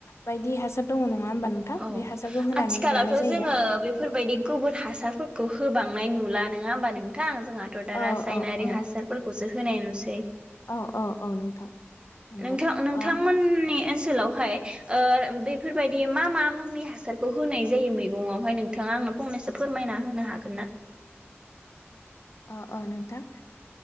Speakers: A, on the left (about 85°); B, on the right (about 20°).
A: बायदि हासार दङ नङा होमबा नोंथां
B: औ
A: बे हासारखौ होनानै
B: आथिखालावथ
A: लानाय जायो
B: जोङो बेफोरबायदि गोबोर हासारफोरखौ होबांनाय नुला नोङा होमबा नोंथां जोंहाथ दा
A: औ
B: रासायनारि
A: औ औ
B: हासारफोरखौसो होनाय नुसै
A: औ औ औ नोंथां नंगौ
B: नोंथां नोंथांमोननि
A: ओ
B: ओन ओनसोलावहाय ओ बेफोरबायदि मा मा मुंनि हासारखौ होनाय जायो मैगंयावहाय नोंथाङा आंनो फंनैसो फोरमायना होनो हागोन ना
A: अ अ नोंथां